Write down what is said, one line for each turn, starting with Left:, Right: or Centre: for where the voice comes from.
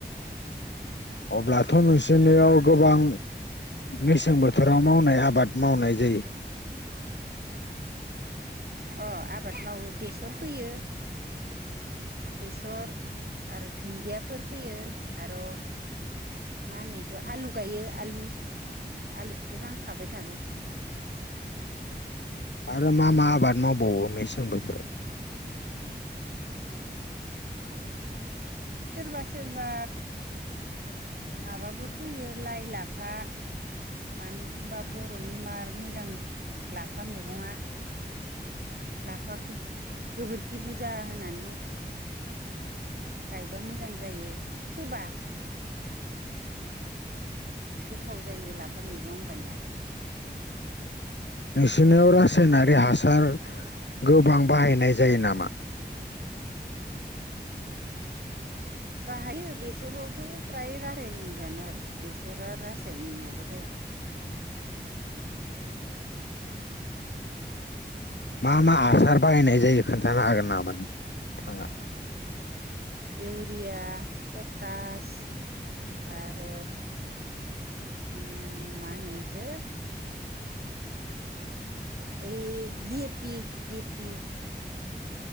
Left: अब्लाथ' नोंसोरनियाव गोबां मेसें बोथोराव मावनाय आबाद मावनाय जायो
Right: अ आबाद मावो बेसर फोयो बेसर आरो दुन्दियाफोर फैयो आरो मा होनो बेखौ आलु गायो आलु आलुखौथ' नांखाबाय थागो
Left: आरो मा मा आबाद मावबावो मेसें बोथोराव
Right: सोरबा सोरबा माबाबो फैयो लाइ लाफा मानो होनबा बर'नि मार मोजां लाफा मैगङा लाफाखौ गोबोरखि बुरजा होनानै गायबा मोजां जायो फोबा गोथाव जायो लाफा मैगं होनबानिया
Left: नोंसिरनियाव रासायनारि हासार गोबां बाहायनाय जायो नामा?
Right: बाहायो बेसरावथ' फ्राय रासायनि गानो आरो बेसरा रासायनि नङाबा जाया
Left: मा मा हासार बाहायनाय जायो खोन्थानो हागोन नामा नोथाङा?
Right: इउरिया पटास आरो उम मा होनो बेखो? ओइ D A P D A poppy